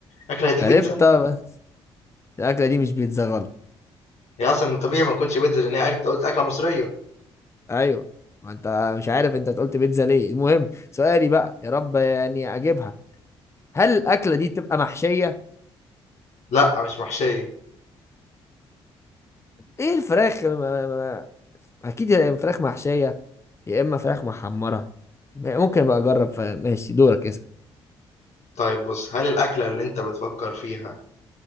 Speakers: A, on the left; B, on the left.
A: أكلة دي
B: عرفت
A: بيتزا؟
B: طب الاكلة دي مش بيتزا غلط
A: هي أصلا من طبيعي ما تكونش بيتزا لأن هي أكل- أنت قلت أكلة مصرية
B: ايوه ما انت مش عارف انت قلت بيتزا ليه المهم سؤالي بقى يا رب يعني اجيبها هل الاكله دي تبقى محشيه
A: لأ مش محشية
B: ايه الفراخ ما- ما- ما- اكيد يا إما فراخ محشيه يا اما فراخ محمره م- ممكن ابقى اجرب ف- ماشي دورك اسال
A: طيب بص هل الأكلة اللي أنت بتفكر فيها